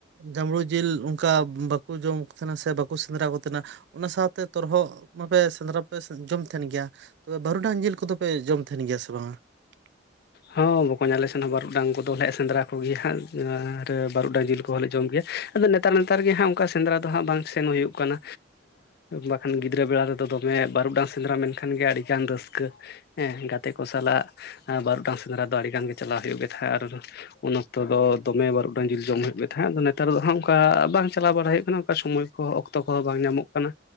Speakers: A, on the right; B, on the left.
A: ᱡᱟᱸᱵᱽᱲᱩ ᱡᱤᱞ ᱚᱱᱠᱟ ᱵᱟᱠᱚ ᱡᱚᱢ ᱠᱚ ᱛᱟᱦᱮᱱᱟ ᱥᱮ ᱵᱟᱠᱚ ᱥᱮᱸᱫᱽᱨᱟ ᱠᱚ ᱛᱟᱦᱮᱱᱟ ᱚᱱᱟ ᱥᱟᱶᱛᱮ ᱛᱚᱨᱦᱚᱫ ᱢᱟᱯᱮ ᱥᱮᱸᱫᱽᱨᱟ ᱯᱮ ᱡᱚᱢ ᱛᱟᱦᱮᱸᱱ ᱜᱮᱭᱟ ᱛᱚᱵᱮ ᱵᱟᱹᱨᱩᱰᱟᱝ ᱡᱤᱞ ᱠᱚᱫᱚᱯᱮ ᱡᱚᱢ ᱛᱟᱦᱮᱱ ᱜᱮᱭᱟ ᱥᱮ ᱵᱟᱝ-ᱟ᱾ <unintelligible>
B: ᱦᱚᱸ ᱵᱚᱠᱚᱧ ᱟᱞᱮ ᱥᱮᱱ ᱵᱟᱹᱨᱩᱰᱟᱝ ᱠᱚᱫᱚᱞᱮ ᱥᱮᱸᱫᱽᱨᱟ ᱠᱚᱜᱮᱭᱟ ᱦᱟᱸᱜ ᱟᱨ ᱵᱟᱹᱨᱩᱰᱟᱝ ᱡᱤᱞ ᱠᱚᱦᱚᱸᱞᱮ ᱡᱚᱢ ᱜᱮᱭᱟ ᱟᱫᱚ ᱱᱮᱛᱟᱨ ᱱᱮᱛᱟᱨ ᱜᱮ ᱦᱟᱜ ᱚᱱᱠᱟ ᱥᱮᱸᱫᱽᱨᱟ ᱫᱚ ᱦᱟᱸᱜ ᱵᱟᱝ ᱥᱮᱱ ᱦᱩᱭᱩᱜ ᱠᱟᱱᱟ ᱵᱟᱠᱷᱟᱱ ᱜᱤᱫᱽᱨᱟᱹ ᱵᱮᱲᱟ ᱨᱮᱫᱚ ᱫᱚᱢᱮ ᱵᱟᱹᱨᱩᱰᱟᱝ ᱥᱮᱸᱫᱽᱨᱟ ᱢᱮᱱᱠᱷᱟᱱ ᱜᱮ ᱟᱹᱰᱤ ᱜᱟᱱ ᱨᱟᱹᱥᱠᱟᱹ ᱦᱮᱸ ᱜᱟᱛᱮ ᱠᱚ ᱥᱟᱞᱟᱜ ᱵᱟᱹᱨᱩᱰᱟᱝ ᱥᱮᱸᱫᱽᱨᱟ ᱫᱚ ᱟᱹᱰᱤ ᱜᱟᱱ ᱜᱮ ᱪᱟᱜ ᱦᱩᱭᱩᱜ ᱜᱮ ᱛᱟᱦᱮᱸᱫ ᱟᱨ ᱩᱱ ᱚᱠᱛᱚ ᱫᱚᱢᱮ ᱵᱟᱹᱨᱩᱰᱟᱝ ᱡᱤᱞ ᱡᱚᱢ ᱦᱩᱭᱩᱜ ᱛᱟᱦᱮᱸᱫ ᱟᱫᱚ ᱱᱮᱛᱟᱨ ᱫᱚ ᱦᱟᱸᱜ ᱚᱱᱠᱟ ᱵᱟᱝ ᱪᱟᱞᱟᱣ ᱵᱟᱲᱟ ᱦᱩᱭᱩᱜ ᱠᱟᱱᱟ ᱚᱱᱠᱟ ᱥᱚᱢᱚᱭ ᱚᱠᱛᱚ ᱠᱚᱦᱚᱸ ᱵᱟᱝ ᱧᱟᱢᱚᱜ ᱠᱟᱱᱟ